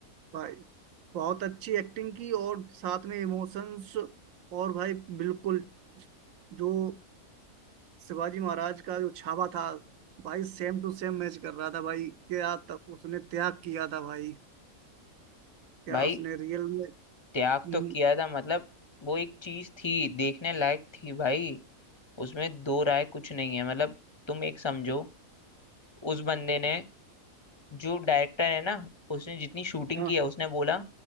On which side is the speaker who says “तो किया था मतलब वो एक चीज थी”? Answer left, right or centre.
Left